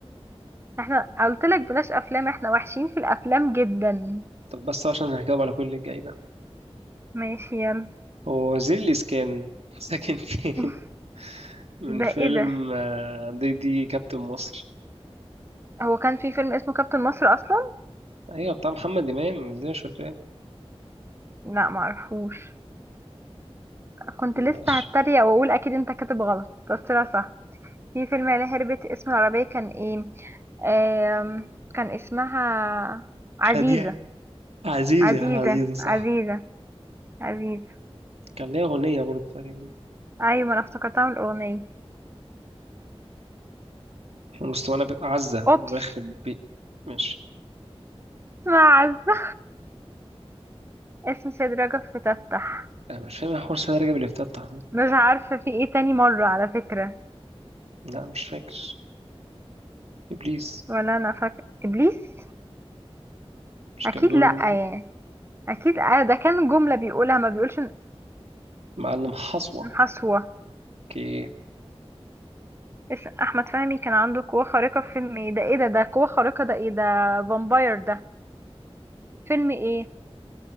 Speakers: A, on the right; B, on the right.
A: احنا قلت لك بلاش افلام احنا وحشين في الافلام جدا
B: طب بس عشان هجاوب على كل اللي جاي ده
A: ماشي يلا
B: هو وزير الاسكان <laughs> ساكن فين
A: <laughs>
B: من
A: ده
B: فيلم
A: ايه ده
B: آه، دي دي كابتن مصر
A: هو كان في فيلم اسمه كابتن مصر اصلا
B: ايوه بتاع محمد امام ازاي مش فاكراه
A: لا معرفوش كنت
B: ماشي
A: لسه هتريق واقول اكيد انت كاتب غلط بس لا صح في فيلم اللي هربت اسم العربية كان ايه آم، كان اسمها عزيزة
B: شادية عزيزة
A: عزيزة
B: يا عزيزة صح
A: عزيزة عزيزة
B: كان ليها أغنية برضه تقريبا
A: ايوه ما انا افتكرتها من الاغنية
B: مستوانا عزة
A: اوبس
B: ويخرب بي ماشي
A: اسمها عزة اسم سيد رجب فتتح
B: أنا مش فاهم إيه حوار سيدة رجب اللي افتتح ده
A: مش عارفة في ايه تاني مرة على فكرة
B: لا مش فاكر إبليس
A: ولا انا فاكرة ابليس
B: مش
A: اكيد
B: كان بيقول
A: لا
B: له
A: يعني اكيد آه، ده كان جملة بيقولها ما بيقولش إن-
B: معلم حصوة
A: إن حسوة
B: اوكي
A: اس- احمد فهمي كان عنده قوة خارقة في فيلم ايه ده ايه ده ده قوة خارقة ده ايه ده فامباير ده فيلم ايه